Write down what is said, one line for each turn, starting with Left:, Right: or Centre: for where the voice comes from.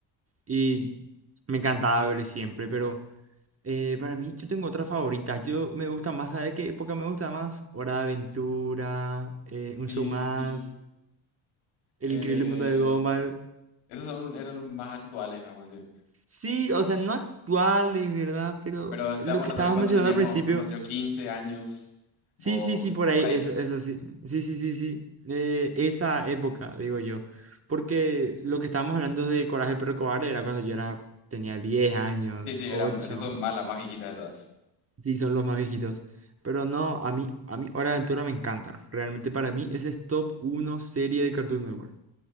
Right: Y me encantaba ver siempre, pero. Eh, para mí, yo tengo otra favorita. Yo me gusta más, ¿sabes qué época me gusta más? Hora de Aventura, eh, Un
Left: Sí,
Right: Show Más,
Left: sí, sí.
Right: El
Left: Eh,
Right: Increíble Mundo de Gumball.
Left: esos son, eran los más actuales, vamos a decir.
Right: Sí, o sea, no actuales, ¿verdad? Pero
Left: Pero estábamos
Right: lo que
Left: hablando
Right: estabas
Left: que cuando
Right: mencionando
Left: teníamos,
Right: al principio.
Left: por ejemplo, yo 15 años, vos
Right: Sí, sí, sí, por ahí,
Left: por ahí.
Right: eso, eso sí. Sí, sí, sí, sí. Eh, esa época, digo yo. Porque lo que estábamos hablando de Coraje el Perro Cobarde era cuando yo era, tenía 10 años,
Left: Sí, sí,
Right: ocho
Left: eran, esas son más, las más viejitas de todas.
Right: Sí, son los más viejitos. Pero no, a mí, a mí Hora de Aventura me encanta. Realmente para mí ese es top uno serie de Cartoon Network.